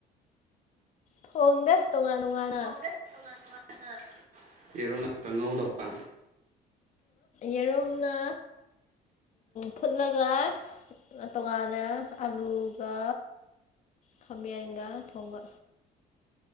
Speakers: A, on the left; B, on the right.
A: ꯊꯣꯡꯗꯦ ꯇꯣꯉꯥꯟ ꯇꯣꯉꯥꯟꯅ
B: ꯊꯣꯡꯗꯦ ꯇꯣꯉꯥꯟ ꯇꯣꯉꯥꯟꯅ ꯌꯦꯔꯨꯝꯈꯛꯇ ꯉꯧꯗꯕ
A: ꯌꯦꯔꯨꯝꯅ ꯐꯨꯠꯂꯒ ꯇꯣꯉꯥꯟꯅ ꯑꯂꯨꯒ ꯈꯃꯌꯥꯒ ꯊꯣꯡꯉ